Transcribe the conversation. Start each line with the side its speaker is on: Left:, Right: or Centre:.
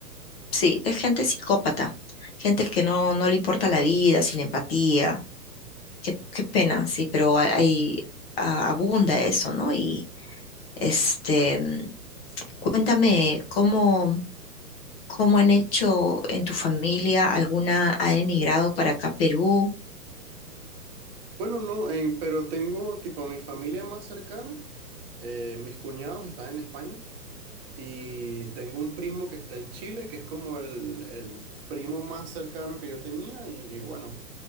Left: Sí, es gente psicópata, gente que no, no le importa la vida, sin empatía. Qué, qué pena, sí, pero hay, hay- a- abunda eso, ¿no? Y este, mm, cuéntame cómo. ¿Cómo han hecho en tu familia? ¿Alguna ha emigrado para acá a Perú?
Right: Bueno, no, en- pero tengo tipo mi familia más cercana, eh, mis cuñados están en España Y tengo un primo que está en Chile, que es como el, el primo más cercano que yo tenía, y, y bueno,